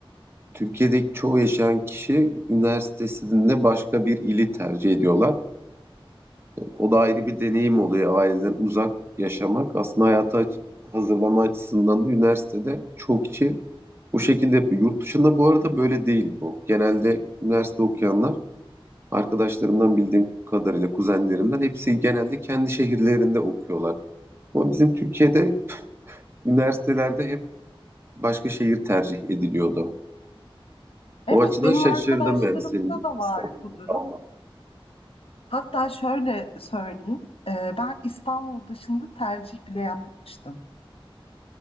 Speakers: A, on the right; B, on the left.
A: Türkiye'deki çoğu yaşayan kişi üniversitesinde başka bir ili tercih ediyorlar. O da ayrı bir deneyim oluyor aileden uzak yaşamak. Aslında hayata aç- hazırlama açısından da üniversitede çoğu kişi bu şekilde yapıyor. Yurt dışında bu arada böyle değil bu. Genelde üniversite okuyanlar arkadaşlarımdan bildiğim kadarıyla kuzenlerimden hepsi genelde kendi şehirlerinde okuyorlar. Ama bizim Türkiye'de üniversitelerde hep başka şehir tercih ediliyordu.
B: Evet,
A: O açıdan
B: benim
A: şaşırdım
B: arkadaşlarımda
A: yani senin
B: da
A: İstanbul'da
B: var bu durum.
A: kalman.
B: Hatta şöyle söyleyeyim, e, ben İstanbul dışında tercih bile yapmamıştım.